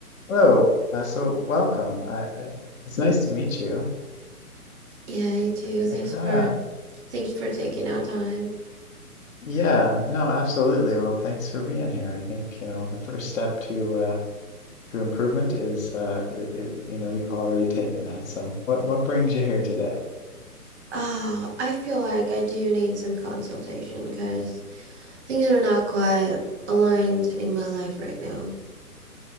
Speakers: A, on the left; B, on the right.
A: Hello. Uh, so welcome. I, I, it's nice to meet you.
B: Yeah, you too. Thanks
A: I kind
B: for
A: of,
B: thanks for taking our time.
A: yeah, no, absolutely. Well, thanks for being here. I think, you know, the first step to uh, to improvement is, uh, i i you know, you've already taken that. So what what brings you here today?
B: Uh, I feel like I do need some consultation because things are not quite aligned in my life right now.